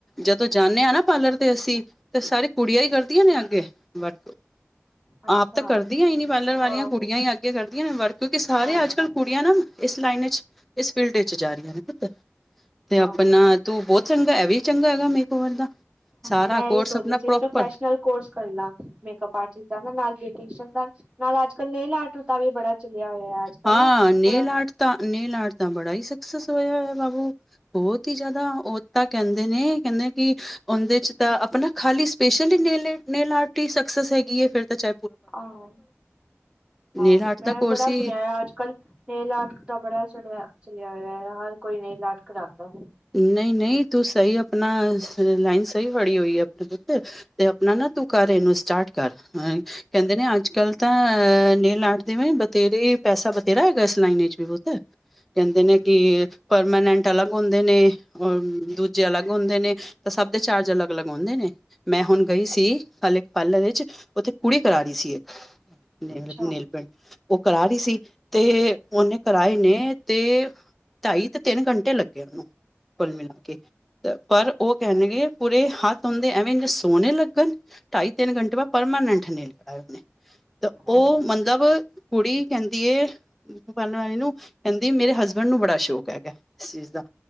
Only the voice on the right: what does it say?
ਅੱਛਾ
ਆਹੋ
ਆਹੋ
ਆਹੋ
ਹਾਂ
ਮੈਂ
ਇਹੀ ਸੋਚਦੀ
ਸੀ
ਪ੍ਰੋਫੈਸ਼ਨਲ, ਕੋਰਸ ਕਰ ਲਾ ਮੇਕਅਪ ਆਟਿਸਟ ਦਾ, ਨਾਲ ਬਿਊਸ਼ਨ ਦਾ, ਨਾਲ ਅੱਜ ਕਲ ਨੇਲ ਆਰਟ ਦਾ ਵੀ ਬੜਾ ਚਲਿਆ ਹੋਇਆ। ਹੈ ਅੱਜ ਕੱਲ
ਨਾ
ਬੜਾ
ਆਹ, ਆਹੋ
ਮੈਂ
ਬੜਾ
ਸੁਣਿਆ ਅੱਜ ਕੱਲ, ਇਹ ਨੇਲ ਆਰਟਕ ਤਾਂ ਬੜਾ ਚਲਿਆ -ਚਲਿਆ ਹੋਇਆ ਹਰ ਕੋਈ ਨੇਲਆਰਟ ਕਰਾਂਦਾ ਪੇਐ।
ਹੈ
ਅੱਛਾ
ਹਾਂ